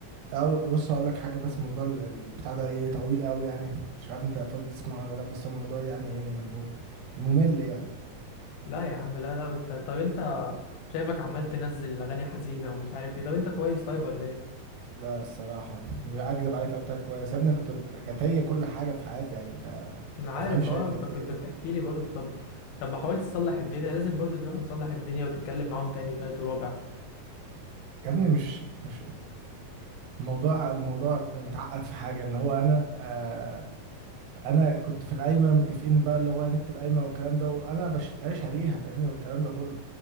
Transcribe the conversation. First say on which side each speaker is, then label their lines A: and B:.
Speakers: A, on the right; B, on the left.
A: تعال بص هقول لك حاجة بس موضوع ال- البتاع ده ايه طويل قوي يعني مش عارف انت فاضي تسمعه ولا لا بس هو موضوع يعني ايه مم- ممل يعني
B: لا يا عم لا لا انت طب انت شايفك عمال تنزل اغاني حزينه ومش عارف ايه طب انت كويس طيب ولا ايه
A: لا الصراحة لا أكدب عليك قلت لك كويس يا ابني كنت ب- كانت هي كل حاجة في حياتي يعني أنت ما
B: انا عارف
A: تفهمش
B: اه
A: هي كانت
B: انت كنت
A: إيه
B: بتحكي لي برضو طب طب ما حاولت تصلح الدنيا لازم برضو تروح وتصلح الدنيا وتتكلم معاهم تاني وتالت ورابع
A: يا ابني مش مش الموضوع الموضوع متعقد في حاجة اللي هو أنا آه، انا كنت في القايمه متفقين بقى اللي هو هنكتب قايمه والكلام ده وانا بش- انا شاريها فاهمني والكلام ده كله